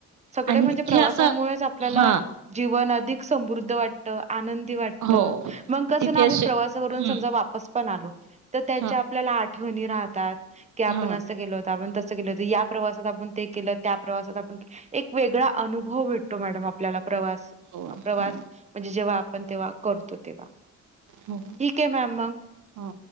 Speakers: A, on the right (about 20°); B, on the right (about 70°).
A: सगळे
B: आणि
A: म्हणजे
B: तिथे
A: प्रवासामुळेच
B: असं
A: आपल्याला
B: हा
A: जीवन अधिक समृद्ध वाट त -आनंदी वाटत
B: हो
A: मग कसं
B: तिथे
A: ना आपण
B: असे
A: प्रवासावरून
B: हं
A: समजा वापस पण आलो. त- त्याच्या
B: हां
A: आपल्याला आठवणी राहतात की आपण
B: हां
A: असं गेलोहोत आपण त या प्रवासात आपण ते केलं त्या प्रवासात आपण ते केलं एक वेगळा अनुभव भेटतो मॅडम. आपल्याला प्रवास
B: हो हो
A: प्रवास म्हणजे जेव्हा आपण तेव्हा करतो तेव्हा. ठीक
B: हो
A: ए मॅम मग
B: हो